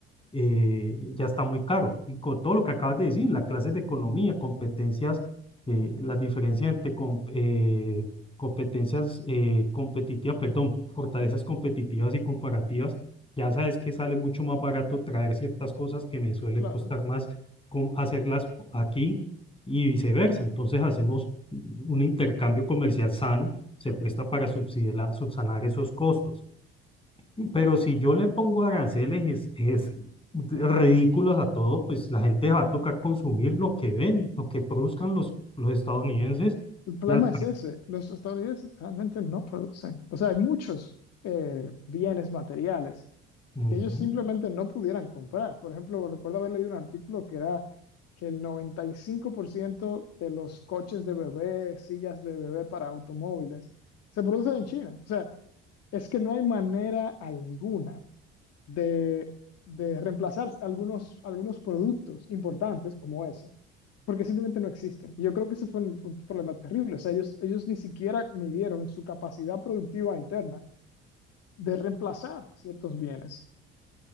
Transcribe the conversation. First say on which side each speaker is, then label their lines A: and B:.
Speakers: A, on the left; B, on the left.
A: eh, ya está muy caro. Y con todo lo que acabas de decir, las clases de economía, competencias, eh, las diferencias entre com- eh, competencias eh, competitivas, perdón, fortalezas competitivas y comparativas, ya sabes que sale mucho más barato traer ciertas cosas que me suele
B: claro.
A: costar más con- hacerlas aquí y viceversa. Entonces hacemos un intercambio comercial sano, se presta para subsidiar- subsanar esos costos. Pero si yo le pongo aranceles es, es ridículos a todo, pues la gente va a tocar consumir lo que ven, lo que produzcan los, los estadounidenses
B: El problema
A: y al precio.
B: es ese, los estadounidenses realmente no producen. O sea, hay muchos eh, bienes materiales
A: Ujú.
B: que ellos simplemente no pudieran comprar. Por ejemplo, recuerdo haber leído un artículo que era que el 95% de los coches de bebé, sillas de bebé para automóviles, se producen en China. O sea, es que no hay manera alguna de, de reemplazar algunos, algunos productos importantes como ese, porque simplemente no existen. Y yo creo que ese fue un, un problema terrible. O sea, ellos, ellos ni siquiera midieron su capacidad productiva interna de reemplazar ciertos bienes.